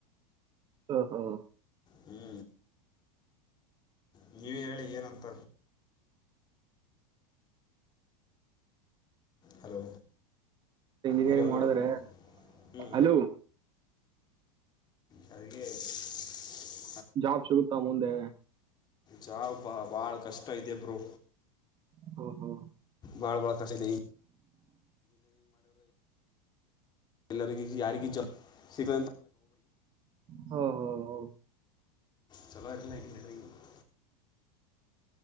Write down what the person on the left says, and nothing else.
ಹ್ಞೂ ನೀವೇ ಹೇಳಿ ಏನಂತ. ಹಲೋ
ಹಲೋ ಹಲೋ
ಹ್ಞೂ
ಹಾಗಕ್ಕೆ <inaudible>
ಜಾ ಬಾ ಬಾಳ ಕಷ್ಟ ಇದೆ ಬ್ರೋ
ಭಾಳ ಭಾಳ ಕಷ್ಟ ಇದೆ ಎಲ್ಲರಿಗ ಯಾರಿಗ ಜ ಸಿಗ
ಚಲೋ <unintelligible>